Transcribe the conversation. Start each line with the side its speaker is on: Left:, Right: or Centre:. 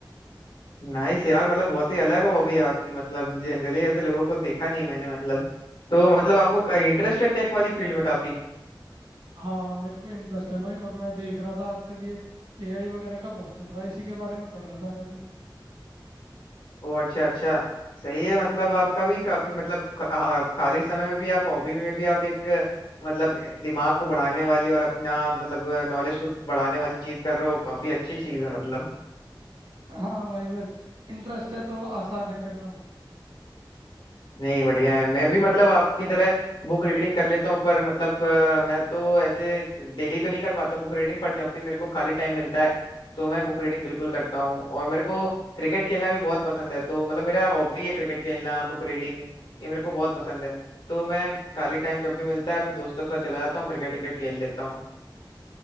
Left: नाइस यार मतलब बहुत ही अलग हॉबी है आपकी मतलब जनरली ऐसे लोगों को देखा नहीं है मैंने मतलब तो मतलब आपको इंटरेस्ट है टेक वाली फील्ड में काफी
Right: हाँ मेरे को इंटरेस्ट है भाई और मैं देख रहा था आजकल ये एआई वगैरह का बहुत चल रहा है इसी के बारे में पढ़ रहा था मैं भी
Left: ओ अच्छा अच्छा सही है मतलब
Right: हाँ
Left: आपका भी काफी मतलब ख- आ, खाली समय में भी आप हॉबी में भी आप एक अ, मतलब अ, दिमाग को बढ़ाने वाली और अपना मतलब नॉलेज को बढ़ाने वाली चीज कर रहे हो काफी अच्छी चीज है मतलब
Right: हाँ भाई बस इंटरेस्ट है तो आसान है करना
Left: नहीं बढ़िया है मैं भी मतलब आपकी तरह बुक रीडिंग कर लेता हूँ पर मतलब अ, मैं तो ऐसे डेली तो नहीं कर पाता बुक रीडिंग पर जब भी मेरे को खाली टाइम मिलता है तो मैं बुक रीडिंग बिल्कुल करता हूँ और मेरे को क्रिकेट खेलना भी बहुत पसंद है तो मतलब मेरा हॉबी है क्रिकेट खेलना बुक रीडिंग ये मेरे को बहुत पसंद है तो मैं खाली टाइम जब भी मिलता है अपने दोस्तों के साथ चला जाता हूँ क्रिकेट क्रिकेट खेल लेता हूँ